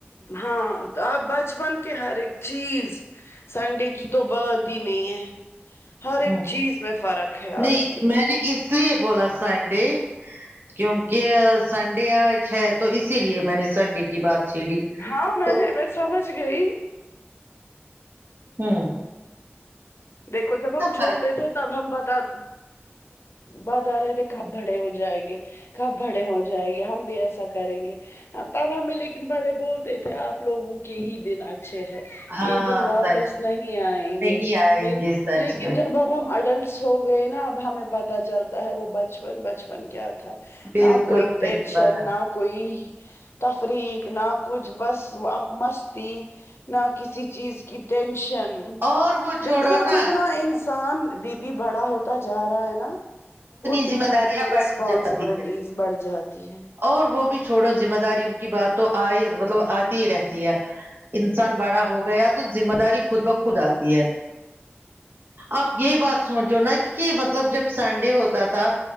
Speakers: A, on the left; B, on the right.
A: ہاں آپ بچپن کے ہر ایک چیز سنڈے کی تو بات نہیں ہے ہر ایک
B: ہوں
A: چیز میں فرق ہے
B: نہیں
A: آج کی
B: میں نے کس لیے بولا سنڈے کیونکہ سنڈے آئے ہے تو اسی لیے میں نے سنڈے کی بات چھیڑی
A: ہاں میں
B: تو
A: نے میں سمجھ گئی
B: ہمم
A: دیکھو جب ہم چھوٹے
B: فرق
A: تھے تب ہم بتا باتا رہے تھے کب بڑے ہو جائیں گے کب بڑے ہو جائےیں گے ہم بھی ایسا کریں گے ہاں تب ہمیں لیکن بڑے بولتے تھے آپ لوگوں کے ہی دن آچ اچھے ہے
B: ہاں
A: یہ دن واپس
B: سچ
A: نہیں آئیں
B: نہیں
A: گے
B: آئیں گے سچ
A: لیکن
B: میں
A: جب اب ہم اڈلٹس ہو گئے نا اب ہمیں پت چلتا تا ہے وہ بچپن بچپن کیا تھا
B: بالکل
A: نہ کوئی ٹینشن
B: صحیح بات
A: نہ کوئی تفریق نہ کچھ بس اب مستی نہ کسی چیز کی ٹینشن
B: اور وہ چھوڑو
A: جتنا
B: نا
A: جتنا انسان دیدی بڑا ہوتا جا رہا ہے نا اتنی
B: ذمہ
A: اتنی
B: داریاں بڑھتی
A: رسپانسبلٹیز
B: جاتی ہے
A: بڑھ جاتی ہے
B: اور وہ بھی چھوڑو ذمہ داریوں کی بات تو آئے مطلب آتی ہی رہتی ہے انسان بڑا ہو گیا تو ذمہ داری خود بخود آتی ہے آپ یہ بات سوچو نا کہ مطلب جب سنڈے ہوتا تھا